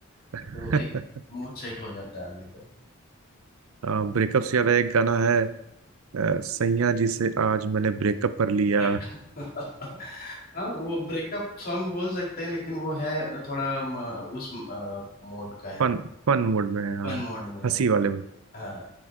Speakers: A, on the left; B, on the right.
A: तो
B: <laughs>
A: एक मूड सेट हो जाता है आदमी
B: ब्रेकअप से ज्यादा एक गाना है अ, सैया जी से आज मैंने ब्रेकअप कर लिया
A: break- <laughs> हाँ वो ब्रेकअप सॉन्ग बोल सकते हैं लेकिन वो है थोड़ा म, उस मोड का है
B: फन फन मूड में हाँ
A: फन मोड में है
B: हंसी वाले मूड
A: हाँ